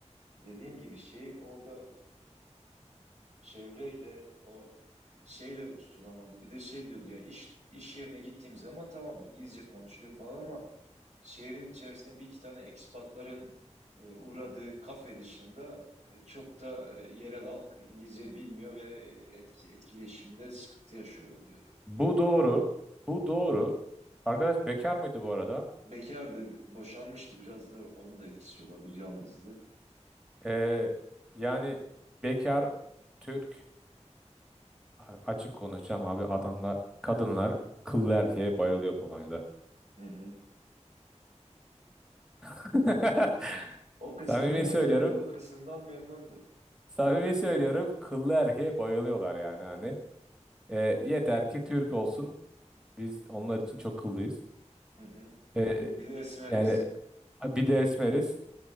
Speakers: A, on the right (about 70°); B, in the centre.
A: dediğim gibi şey orada çevreyle o şeyle tutunamadı. Bir de şey diyordu ya iş iş yerine gittiğim zaman tamam İngilizce konuşuluyor falan ama şehrin içerisinde bir iki tane ekspatların e, uğradığı kafe dışında e, çok da e, yerel halk İngilizce bilmiyor ve e, etki, etkileşimde sıkıntı yaşıyorum diyordu.
B: Bu doğru. Bu doğru. Arkadaş bekar mıydı bu arada?
A: Bekardı, boşanmıştı biraz da onun da etkisi olabilir, yalnızdı.
B: Ee, yani bekar Türk A- Açık konuşacağım abi adamlar kadınlar kıllı erkeğe bayılıyor Polonya'da.
A: Hı hı.
B: <laughs>
A: O kısımda
B: Samimi
A: memnundu,
B: söylüyorum.
A: o kısımdan memnundu.
B: Samimi söylüyorum. Kıllı erkeğe bayılıyorlar yani hani. E, yeter ki Türk olsun. Biz onlar için çok kıllıyız.
A: Hı hı.
B: E,
A: Bir de esmeriz.
B: yani bir de esmeriz.